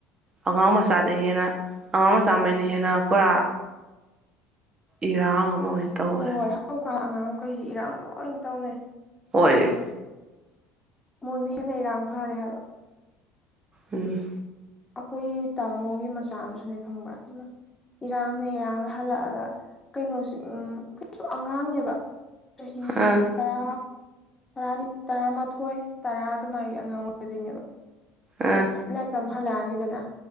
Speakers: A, on the right; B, on the left.
A: ꯑꯉꯥꯡ ꯃꯆꯥꯗ ꯍꯦꯟꯅ ꯑꯉꯥꯡ ꯃꯆꯥꯃꯩꯅ ꯍꯦꯟꯅ ꯄꯨꯔꯥ ꯏꯔꯥꯡ ꯑꯃ ꯇꯧꯔꯦ
B: ꯍꯣꯏ ꯍꯣꯏ ꯍꯧꯀ ꯑꯉꯥꯡ ꯃꯈꯩꯁꯤ ꯏꯔꯥꯡ ꯂꯣꯏ ꯇꯧꯅꯩ
A: ꯑꯣꯏ
B: ꯃꯣꯏꯅ ꯍꯦꯟꯅ ꯏꯔꯥꯡ ꯐꯔꯦ ꯍꯥꯏꯕ
A: ꯎꯝ
B: ꯑꯩꯈꯣꯏ ꯇꯥꯃꯣꯒꯤ ꯃꯆꯥ ꯑꯃꯁꯨꯅꯦ ꯈꯪꯕ꯭ꯔꯥ ꯏꯃ ꯏꯔꯥꯡꯅ ꯏꯔꯥꯡꯅ ꯍꯜꯂꯛꯑꯒ ꯀꯩꯅꯣꯁꯤ ꯎꯝ ꯀꯩꯁꯨ ꯑꯉꯥꯡꯅꯦꯕ ꯆꯍꯤ
A: ꯑꯥ
B: ꯇꯔꯥ ꯥꯅꯤ ꯇꯔꯥꯃꯥꯊꯣꯏ ꯇꯔꯥ ꯑꯗꯨꯃꯥꯏ ꯑꯩ ꯑꯉꯥꯡ ꯑꯣꯏꯗꯣꯏꯅꯦꯕ
A: ꯑꯥ
B: ꯑꯁ ꯂꯥꯏꯔꯤ ꯇꯝ ꯍꯜꯂꯛꯑꯅꯤꯗꯅ